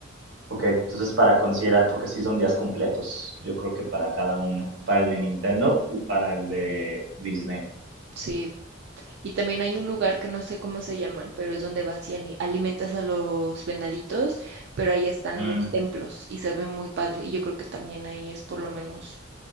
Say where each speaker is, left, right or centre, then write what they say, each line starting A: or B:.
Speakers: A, on the right; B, on the right.
A: Ok, entonces para considerar, porque sí son días completos, yo creo que para cada uno, para el de Nintendo y para el de Disney.
B: sí. Y también hay un lugar que no sé cómo se llama, pero es donde vas y ani- alimentas a los venaditos, pero ahí están
A: Mm,
B: los templos y se ve muy padre. Y yo creo que también ahí es por lo menos